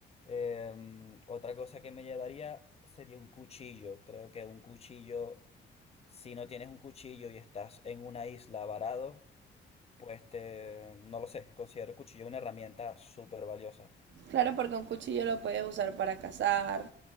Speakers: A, on the left; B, on the right.
A: Em, otra cosa que me llevaría sería un cuchillo. Creo que un cuchillo, si no tienes un cuchillo y estás en una isla varado, Pues te, no lo sé, considero el cuchillo una herramienta súper valiosa.
B: Claro, porque un cuchillo lo puedes usar para cazar,